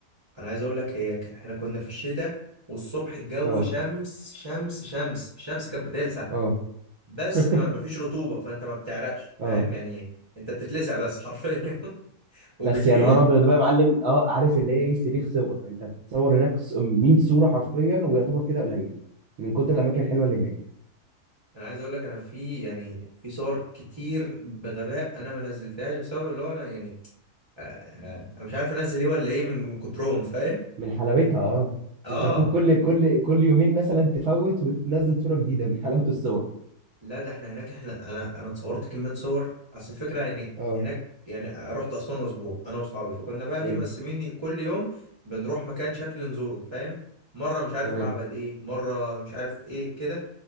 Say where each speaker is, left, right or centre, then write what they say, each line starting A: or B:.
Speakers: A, on the right (about 40°); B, on the right (about 70°).
A: عايز اقول لك هي ك- احنا كنا في الشتاء والصبح الجو
B: اه
A: شمس شمس شمس الشمس كانت بتلسع
B: اه
A: بس
B: <laughs>
A: ما ما فيش رطوبة فانت ما بتعرقش
B: اه
A: فاهم يعني انت بتتلسع بس حرفيا <laughs> وبالليل
B: بس يا نهار ابيض بقى يا معلم اه عارف اللي هي ايه صريخ صور انت بتصور هناك ص- 100 صوره حرفيا ويعتبر كده قليل من كتر الاماكن الحلوه اللي هناك
A: انا عايز اقول لك انا في يعني في صور كتير بغباء انا ما نزلتهاش بسبب اللي هو انا يعني آه، آه، انا مش عارف انزل ايه ولا ايه من من كترهم فاهم
B: من حلاوتها اه
A: اه
B: انت المفروض كل كل كل يومين مثلا تفوت وتنزل صوره جديده من حلاوه الصور
A: لا ده احنا هناك احنا انا انا اتصورت كميه صور اصل الفكره يعني
B: اه
A: هناك يعني رحت اسوان اسبوع انا واصحابي فكنا بقى ايه
B: حلو
A: مقسمين كل يوم بنروح مكان شكل نزوره فاهم مره مش عارف
B: تمام
A: معبد ايه مره مش عارف ايه كده